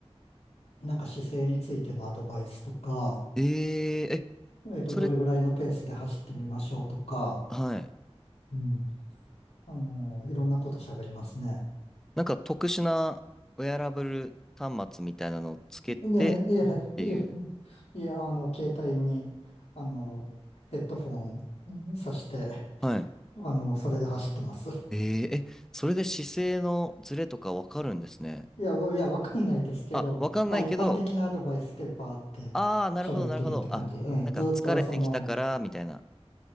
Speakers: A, on the left (about 80°); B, in the centre.
A: なんか姿勢についてのアドバイスとか、
B: えええ、
A: えっと、
B: それ、
A: どれぐらいのペースで走ってみましょうとか、
B: はい。
A: うん。あの、いろんなこと喋りますね。
B: なんか特殊なウェアラブル端末みたいなのをつけてっ
A: いや、いや、
B: ていう。
A: いや、うんいや、あの、携帯に、あの、ヘッドフォン、うん挿して、
B: はい。
A: あの、それで走ってます。
B: えー、え、それで姿勢のズレとかわかるんですね。
A: いや、わいや、わかんないですけど、
B: あ、わかんないけど、
A: まあ、一般的なアドバイスでバーって喋ってるって感じ。
B: ああ、なるほど、なるほど。あ、
A: うん、
B: なんか疲れてきたから、
A: ずっと、その、
B: みたいな。